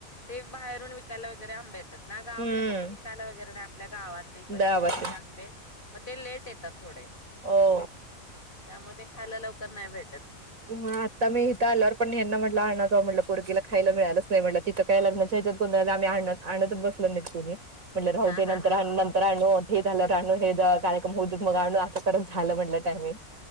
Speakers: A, on the left; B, on the right.
A: ते बाहेरून विकायला वगैरे आंब येतात ना गावाकडे
B: हम्म
A: कसं विकायला वगैरे नाही आपल्या गावात जे इकडचे
B: दहा
A: तिकडचे
B: वाजता
A: आंबेत ते लेट येतात थोडे
B: हो
A: त्यामुळे ते खायला लवकर नाही भेटत.
B: हम्म आता मी इथ आल्यावर पण ह्यांना म्हटलं आणा म्हटलं पोरगीला खायला मिळालंच नाही म्हटलं तिथं काय लग्नाच्या हच्यात गोंधळात कोण आम्ही आण आणतच बसल नाही तुही म्हणल राहु
A: हा
B: दे
A: हा
B: नंतर
A: हा
B: आणू नंतर आणू हे झालं राहण हे कार्यक्रम होत मग आणू अस झालं म्हटलं टायमिंग